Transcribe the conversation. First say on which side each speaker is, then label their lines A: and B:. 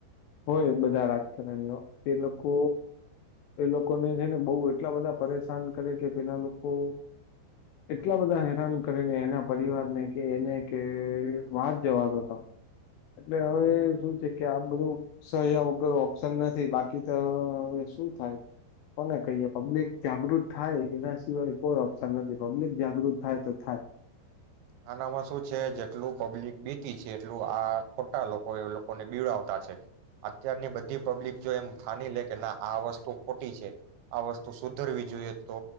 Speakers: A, on the left; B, on the right.
A: હોય બધા રાજકારણીઓ એ લોકો એ લોકોને છે ને બહ એટલા બધા પરેશાન કરે કે પેલા લોકો એટલા બધા હેરાન કરીને એના પરિવારને કે એને કે વાત જવા દ તમે એટલે હવે શું છે કે આ બધું સહ્યા વગર ઓપ્શન નથી બાકી તો હવે શું થાય કોને કહીએ પબ્લિક જાગૃત થાય એના સિવાય કોઈ ઓપ્શન નથી પબ્લિક જાગૃત થાય તો થાય.
B: આનામાં શું છે જેટલું પબ્લિક બેતી છે એટલું આ ખોટા લોકો એ લોકોને બીવડાવતા છે. અત્યારની બધી પબ્લિક જો એમ થાની લે કે ના આ વસ્તુ ખોટી છે આ વસ્તુ સુધરવી જોઈએ તો